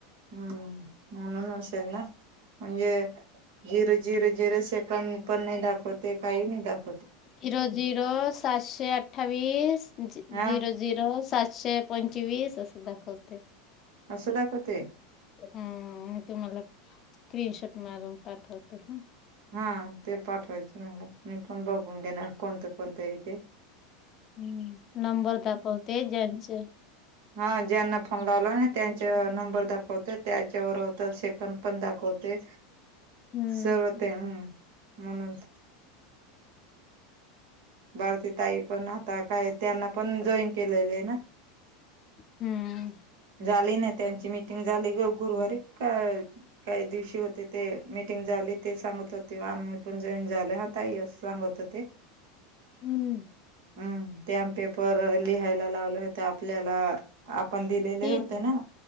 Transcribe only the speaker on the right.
हम्म... म्हूनन असेल ना म्हणजे? झिरो झिरो झिरो... सेकंड.. पण नाई दाखवते... काई नाई दाखव
हा
असं दाखवतय?
हा ते पाठवायचंय मला... मी पण बघून घेणार कोणतं कोणतं ए इथे
हा. ज्यांना फोन लावला ना... त्यांचा नंबर दाखव त्याच्यावर होत सेकड पण दाखवते.
सर्व ते हम्म. म्हणून त. बारती ताई पण आता काय त्यांना पण जॉईन केलेले आहे ना.
झाली नाही त्यांची मिीटिंग झाली. ग गुरुवारी का काही दिवशी होते. ते मीटिंग झाले ते सांगत होते आम्ही पण जॉईन झाल. ताई हेच सांगत होते.
हम्म स्टॅम्प पेपर लिहायला लावले होते आपल्याला. आपण दिलेले
होते ना.